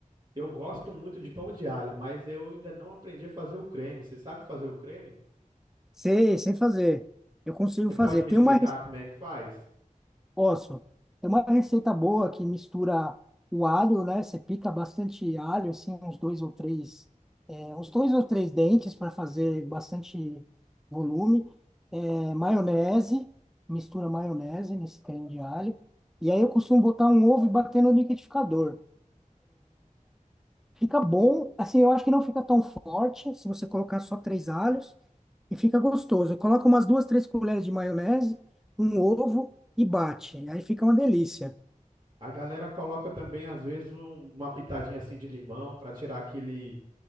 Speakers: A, on the right; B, in the centre.
A: Eu gosto muito de pão de alho, mas eu ainda não aprendi a fazer o creme. Você sabe fazer o creme?
B: Sei, sem fazer. Eu consigo
A: Você
B: fazer.
A: pode me
B: Tem
A: explicar
B: uma
A: como é que faz?
B: Posso. É uma receita boa que mistura o alho, né? Você pica bastante alho, assim, uns dois ou três, é, uns dois ou três dentes para fazer bastante volume. É, maionese, mistura maionese nesse creme de alho. E aí eu costumo botar um ovo e bater no liquidificador. Fica bom, assim, eu acho que não fica tão forte se você colocar só três alhos e fica gostoso. Coloca umas duas, três colheres de maionese, um ovo e bate. Aí fica uma delícia.
A: A galera coloca também, às vezes, um- uma pitadinha assim de limão para tirar aquele